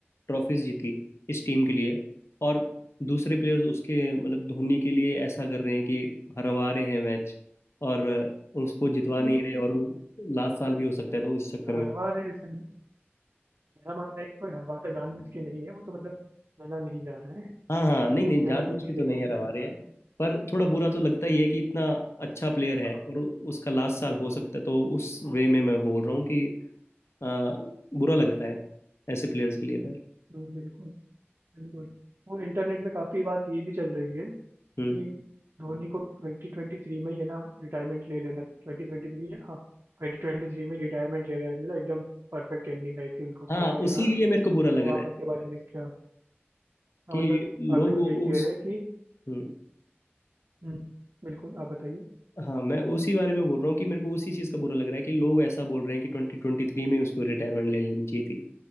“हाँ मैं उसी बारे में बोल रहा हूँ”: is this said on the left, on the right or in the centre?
Left